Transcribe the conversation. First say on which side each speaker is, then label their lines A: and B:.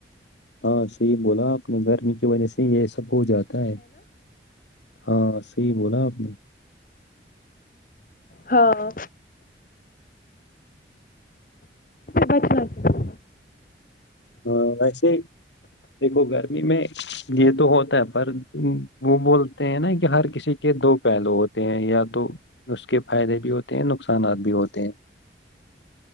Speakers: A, on the left; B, on the left.
A: ہاں صی بولا اپنے گرمی کی وجہ سے یہ سب ہو جاتا ہے ہاں صحیح بولا آپ نے
B: ہاں بچنا چاہ
A: ہاں ویسے دیکھو گرمی میں یہ تو ہوتا ہے پر وہ بولتے ہیں نا کہ ہر کسی کے دو پہلو ہوتے ہیں یا تو اس کے فائدے بھی ہوتے ہیں نقصانات بھی ہوتے ہیں